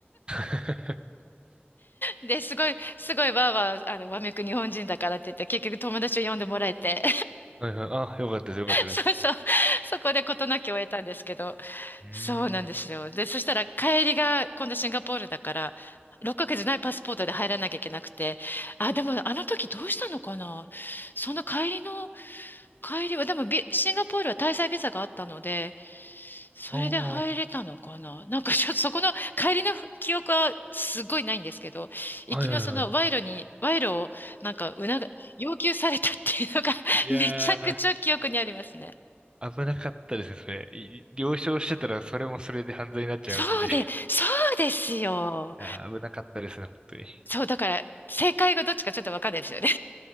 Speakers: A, on the right; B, on the left.
A: <laughs>
B: で、すごい、すごいわーわー、あの、わめく日本人だからって言って、結局友達を呼んでもらえて、
A: はいはい。あ、よかったです。よかったです。
B: <laughs> そうそう、そこで事なきを得たんですけど、
A: うー
B: そうなんですよ。
A: ん。
B: で、そしたら帰りが、今度シンガポールだから、6ヶ月ないパスポートで入らなきゃいけなくて、あ、でもあの時どうしたのかなその帰りの、帰りは、でもビシンガポールは滞在ビザがあったので、それで入れたのかななんかちょっとそこの帰りの記憶はすごいないんですけど、
A: ああ、
B: 行きのその賄賂に、
A: はいはいはい
B: 賄賂をなんか促、要求されたっていうのが
A: いや
B: <laughs> めちゃくちゃ記憶にありますね。
A: ー、危なかったですね、それ。い了承してたら、それもそれで犯罪になっちゃいますし。
B: そうで、
A: <laughs> い
B: そうですよ。
A: やー、危なかったですね、本当に。
B: そう、だから正解がどっちかちょっとわかんないですよね。